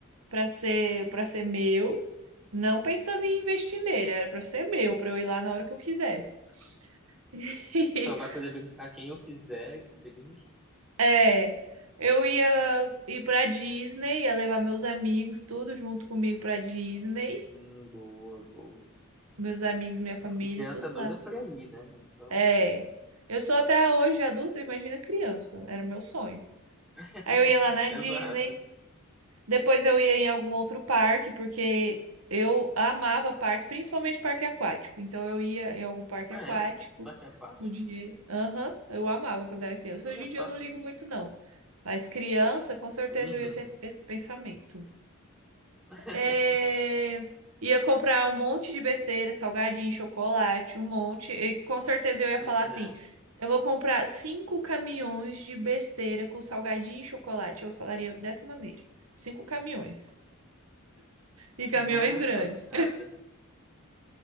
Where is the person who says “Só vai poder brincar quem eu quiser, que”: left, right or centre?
Centre